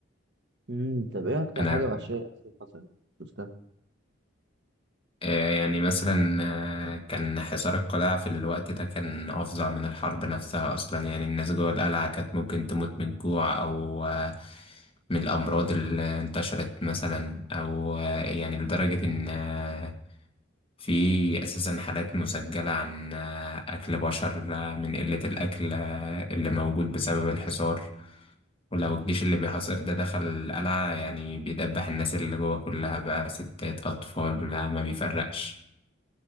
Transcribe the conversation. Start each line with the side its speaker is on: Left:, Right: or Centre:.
Right: امم طب ايه أكتر
Left: أنا
Right: حاجة وحشية أصلا حصلت؟ شفتها؟
Left: آه، يعني مثلا آه، كان حصار القلاع في الوقت ده كان أفظع من الحرب نفسها أصلا يعني الناس جوه القلعة كانت ممكن تموت من الجوع أو آه، من الأمراض اللي انتشرت مثلا أو آه، يعني لدرجة إن آه، في أساسا حالات مسجلة عن آه، أكل بشر آه، من قلة الأكل آه، اللي موجود بسبب الحصار ولو الجيش اللي بيحاصر ده دخل القلعة يعني بيدبح الناس اللي جوه كلها بقى ستات أطفال لا ما بيفرقش